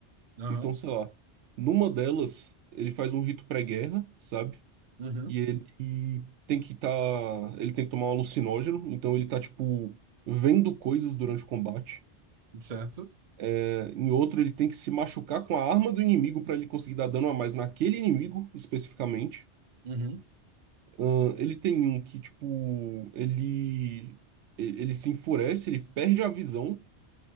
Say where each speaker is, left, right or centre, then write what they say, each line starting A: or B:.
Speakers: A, on the right; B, on the right.
A: Aham.
B: Então, sei lá, numa delas, ele faz um rito pré-guerra, sabe?
A: Uhum.
B: E ele tem que estar. ele tem que tomar um alucinógeno, então ele tá, tipo, vendo coisas durante o combate.
A: Certo?
B: É, em outro, ele tem que se machucar com a arma do inimigo para ele conseguir dar dano a mais naquele inimigo, especificamente.
A: Uhum.
B: Ahn, ele tem um que, tipo, ele. Ele ele se enfurece, ele perde a visão,